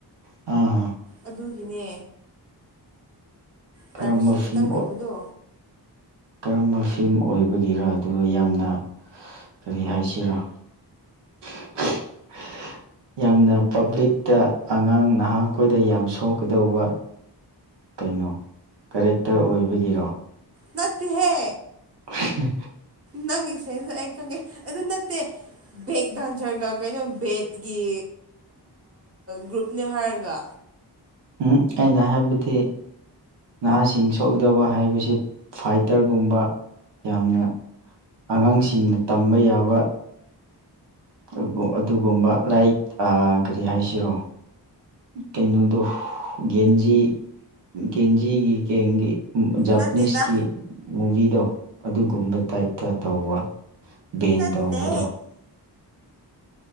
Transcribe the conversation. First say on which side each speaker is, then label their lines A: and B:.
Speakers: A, on the right; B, on the right.
A: ꯑꯥ
B: ꯑꯗꯨꯒꯤꯅꯦ
A: ꯀꯔꯝꯕ
B: ꯄ꯭ꯔꯥꯏꯚꯦꯁꯤ
A: ꯐꯤꯂꯝ
B: ꯈꯤꯇꯪ ꯂꯩꯕꯗꯣ
A: ꯀꯔꯝꯕ ꯐꯤꯝ ꯑꯣꯏꯕꯒꯤꯔ ꯑꯗꯨꯒ ꯌꯥꯝꯅ ꯀꯔꯤ ꯍꯥꯏꯁꯤꯔꯥ <unintelligible> ꯌꯥꯝꯅ ꯄꯕ꯭ꯂꯤꯛꯇ ꯑꯉꯥꯡ ꯅꯍꯥꯈꯣꯏꯗ ꯌꯥꯝ ꯁꯣꯛꯀꯗꯧꯕ ꯀꯩꯅꯣ ꯀꯔꯦꯛꯇꯔ ꯑꯣꯏꯕꯒꯤꯔꯣ
B: ꯅꯠꯇꯦ ꯍꯦ
A: ꯎ
B: ꯅꯪꯒꯤꯁꯦꯅ ꯂ ꯑꯩ ꯈꯪꯉꯦ ꯑꯗꯨ ꯅꯠꯇꯦ ꯕꯦꯛ ꯗꯥꯟꯖꯔꯒ ꯀꯩꯅꯣ ꯕꯦꯠꯀꯤ ꯒ꯭ꯔꯨꯞꯅꯤ ꯍꯥꯏꯔꯒ
A: ꯎꯝ ꯑꯩꯅ ꯍꯥꯏꯕꯗꯤ ꯅꯍꯥꯁꯤꯡ ꯁꯣꯛꯀꯗꯕ ꯍꯥꯏꯕꯁꯤ ꯐꯥꯏꯇꯔꯒꯨꯝꯕ ꯌꯥꯝꯅ ꯑꯉꯥꯡꯁꯤꯡꯅ ꯇꯝꯕ ꯌꯥꯕ ꯑꯗꯨ ꯑꯗꯨꯒꯨꯝꯕ ꯂꯥꯏꯔꯤꯛ ꯀꯔꯤ ꯍꯥꯏꯁꯤꯔꯣ ꯀꯩꯅꯣꯗꯣ ꯒꯦꯟꯖꯤ ꯒꯦꯟꯖꯤꯒꯤ ꯒꯦꯡꯒꯤ ꯖꯄꯅꯤꯁꯀꯤ
B: ꯅꯠꯇꯦꯗ
A: ꯃꯨꯚꯤꯗꯣ ꯑꯗꯨꯒꯨꯝꯕ ꯇꯥꯏꯞꯇ ꯇꯧꯕ ꯕꯦꯟ
B: ꯅꯠꯇꯦ
A: ꯇꯧꯕꯗꯨꯣ